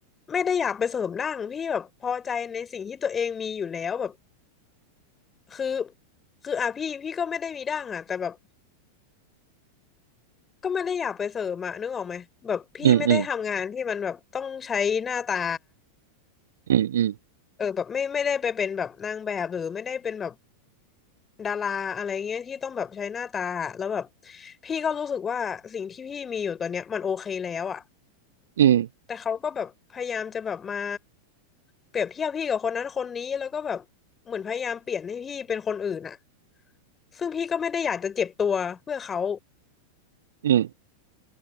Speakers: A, on the left; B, on the right.
A: ไม่ได้อยากไปเสริมดั้งพี่แบบพอใจในสิ่งที่ตัวเองมีอยู่แล้วแบบคือคืออ่ะพี่พี่ก็ไม่ได้มีดั้งอ่ะแต่แบบก็ไม่ได้อยากไปเสริมอ่ะนึกออกไหมแบบพี่ไม่ได้ทำงานที่มันแบบต้องใช้หน้าตา
B: อืมอืมอืมอืม
A: เออแบบไม่ไม่ได้ไปเป็นแบบนางแบบหรือไม่ได้เป็นแบบดาราอะไรเงี้ยที่ต้องแบบใช้หน้าตาอะแล้วแบบพี่ก็รู้สึกว่าสิ่งที่พี่มีอยู่ตอนเนี้ยมันโอเคแล้วอ่ะ
B: อืม
A: แต่เขาก็แบบพยายามจะแบบมาเปรียบเทียบพี่กับคนนั้นคนนี้แล้วก็แบบเหมือนพยายามเปลี่ยนให้พี่เป็นคนอื่นอะซึ่งพี่ก็ไม่ได้อยากจะเจ็บตัวเพื่อเขา
B: อืม